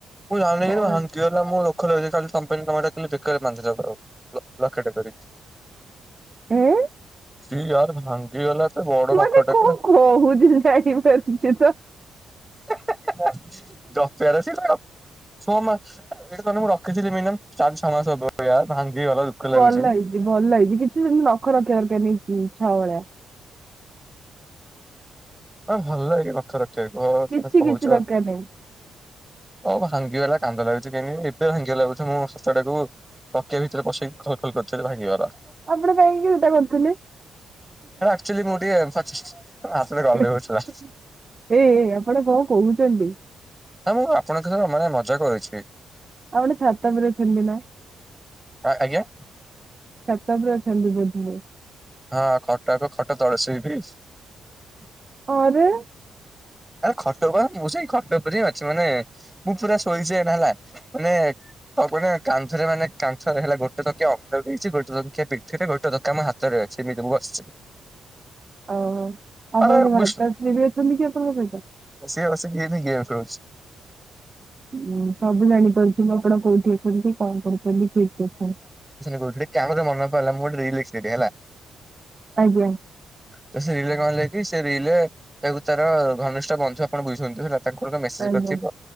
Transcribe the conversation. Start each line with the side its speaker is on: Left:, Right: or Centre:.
Centre: ମୁଁ ଜାଣିନି
Right: କଣ
Centre: ଭାଙ୍ଗିଗଲା ମୁଳୁ ଦୁଃଖ ଲାଗୁଚି ଯଦି ତାହାଲେ ତମ ପାଇଁ କଣ ଗୋଟେ ବେକରେ ବାନ୍ଧି ଦେବ ଆଉ ଲକେଟେ କରି।
Right: ଏଁ।
Centre: ସି ୟାର ଭାଙ୍ଗିଗଲା। ଏତେ ବଡ
Right: ମାନେ
Centre: ନଖଟା
Right: କଣ
Centre: କେ
Right: କହୁଛୁ ସିଏ ଜାଣି ପାରୁଛୁ ତ?
Centre: ହେ- ହେ - ହେ ଗପିଆର ଅଛି ତ। ସୋମା ଏଇଟା ତାହେଲେ ମୁଁ ରଖିଥିଲି ମିନୀୟମ ଚାରି ଛଅ ମାସ ହବ ୟାର୍ ଭାଙ୍ଗିିଗଲା ଦୁଃଖ ଲାଗୁଛି।
Right: ଭଲ ହେଇଛି ଭଲ ହେଇଛି କିଛି ଗୋଟେ ନଖ ରଖିଆ ଦରକାର ନାହିଁ ଛୁଆ ଭଳିଆ।
Centre: ହଁ ମତେ ଭଲ ଲାଗେ ନଖ ରଖିବାକୁ ଓ
Right: କିଛି
Centre: ତମେ କହୁଛ।
Right: କିଛି ଦରକାର ନାହିଁ
Centre: ଓ ଭାଙ୍ଗିଗଲା କାନ୍ଦ ଲାଗୁଛି କାହିଁକି ନା ଏବେ ଭାଙ୍ଗିବା ଲାଗୁଛି ମୁଁ ଶସ୍ତତାଟାକୁ ଟକିଆ ଭିତରେ ପସେଇ ଖଲ ଖଲ <unintelligible> ଭାଙ୍ଗିଗଲା। ନା
Right: ଆପଣ କାହିଁକି ଓଦା କରୁଥିଲେ?
Centre: ନା ଆକଚୁଆଲି ମୁଁ ଟିକେ <unintelligible> ଗଲେଇ
Right: ଏ
Centre: ହଉଥିଲା
Right: - ଏ ଏଇ ଆପଣ କଣ କହୁଛନ୍ତି?
Centre: ନା ମୁଁ ଆପଣଙ୍କ ସହିତ ମାନେ ମଜା କରୁଛି।
Right: ଆପଣ ଛାତ ଉପରେ ଅଛନ୍ତି ନା।
Centre: ହଁ ଆଜ୍ଞା।
Right: ଛାତ ଉପରେ ଅଛନ୍ତି ବୋଧେ।
Centre: ହଁ ଖଟାକ ଖଟ ତଳେ <unintelligible>
Right: ଆରେ।
Centre: ଆରେ ଖଟ ପା ମୁଁ ସେଇ ଖଟ ଉପରେ ହିଁ ଅଛି ମାନେ ମୁଁ ପୁରା ଶୋଇଛି ଏଇନା ହେଲା ମାନେ ଛାତ ଉପରେ ମାନେ କାନ୍ଧରେ ମାନେ କାନ୍ଥରେ ହେଲା ଗୋଟେ ତକିଆ ଅଣ୍ଟାରେ ଦେଇଛି ଗୋଟେ ତକିଆ ପିଠିରେ ଗୋଟେ ତକିଆ ମୋ ହାତରେ। <unintelligible>
Right: ଓ ଆପଣଙ୍କ
Centre: ଆରେ ବିଷ୍ଣୁ
Right: ମାତାଶ୍ରୀ ବି ଅଛନ୍ତି କି ଆପଣଙ୍କ ପା
Centre: ସିଏ ବସିକି ଏଇନା ଗେମ୍ ଖେଳୁଛି।
Right: ମୁଁ ସବୁ ଜାଣିପାରୁଛି ମୁଁ ଆପଣ କୋଉଠି ଅଛନ୍ତି? କଣ କରୁଛନ୍ତି? କିଏ କିଏ ଅଛନ୍ତି?
Centre: କହୁଥିଲି କାହା କଥା ମନେପଇଲା ମୁଁ ଗୋଟେ ରିଲ୍ ଦେଖିଦେଲି ହେଲା।
Right: ଆଜ୍ଞା
Centre: ତ ସେ ରିଲେରେ କଣ ହେଲା କି ସେ ରିଲରେ ତାକୁ ତାର ଘନିଷ୍ଠ ବନ୍ଧୁ ଆପଣ ବୁଝଛନ୍ତି ହେଲା ତାଙ୍କର ମେସେଜ
Right: ଆଜ୍ଞା
Centre: କରିଥିବ